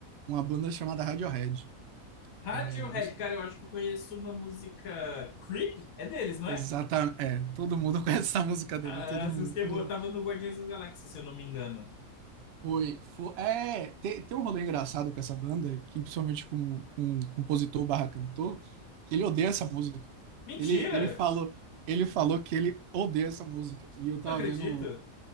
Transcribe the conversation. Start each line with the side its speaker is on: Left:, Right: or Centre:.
Right: uma banda chamada Radiohead.
Left: Radiohead,
Right: É, não sei.
Left: cara, eu acho que eu conheço uma música Creep, é deles, não
Right: Exata,
Left: é?
Right: é, todo mundo <laughs> conhece essa música dele,
Left: Ah,
Right: todo
Left: essa
Right: mundo,
Left: música
Right: todo,
Left: é boa, tava no Guardiões da Galáxia, se eu não me engano.
Right: Foi, foi. É, tem, tem um rolê engraçado com essa banda, que principalmente com, com o compositor barra cantor, que ele odeia essa música.
Left: Mentira!
Right: Ele, ele falou, ele falou que ele odeia essa música. E eu tava
Left: Não acredito.
Right: vendo,